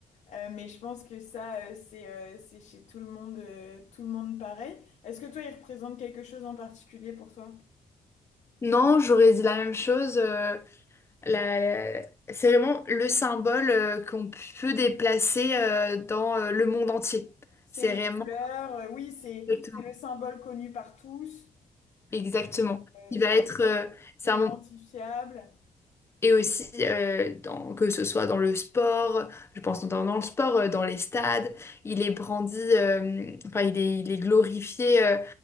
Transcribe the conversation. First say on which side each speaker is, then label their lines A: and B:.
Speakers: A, on the left; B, on the left.
A: Euh, mais je pense que ça, euh, c'est euh, c'est chez tout le monde, euh, tout le monde pareil. Est-ce que toi, il représente quelque chose en particulier pour toi?
B: Non, j'aurais dit la même chose. euh, La- C'est vraiment le symbole euh, qu'on peut déplacer euh, dans euh, le monde entier.
A: C'est
B: C'est
A: les
B: vraiment
A: couleurs. euh, oui, c'est
B: exactement.
A: c'est le symbole connu par tous.
B: Exactement.
A: euh,
B: Il va être euh, c'est
A: c'est
B: un
A: identifiable.
B: mom- et aussi euh, dans- que ce soit dans le sport, je pense notamment dans le sport, euh, dans les stades, il est brandi, euh, enfin il est, il est glorifié euh,